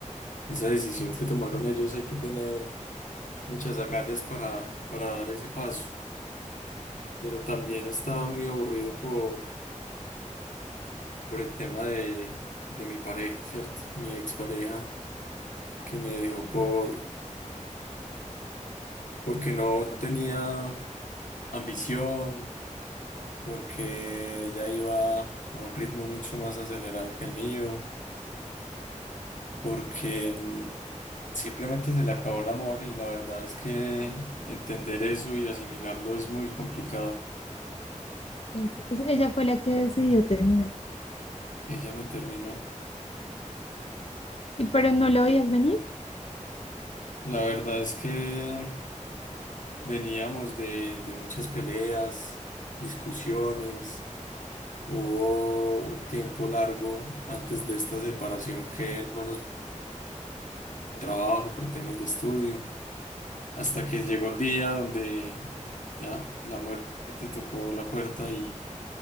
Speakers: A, on the left; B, on the left.
A: esa decisión que tomaron ellos hay que tener muchas agallas para, para dar ese paso. Pero también estaba muy aburrido por, por el tema de, de mi pareja, ¿cierto? Mi expareja que me dejó por porque no tenía ambición, porque ya iba a un ritmo mucho más acelerado que el mío, porque mm, simplemente se le acabó el amor y la verdad es que entender eso y asimilarlo es muy complicado.
B: Ok, O sea, ella fue la que decidió terminar.
A: Ella me terminó.
B: ¿Y pero no lo veías venir?
A: La verdad es que veníamos de, de muchas peleas, discusiones. Hubo un tiempo largo antes de esta separación que no nos trabajo, por temas de estudio, hasta que llegó el día donde ya la muerte tocó la puerta y,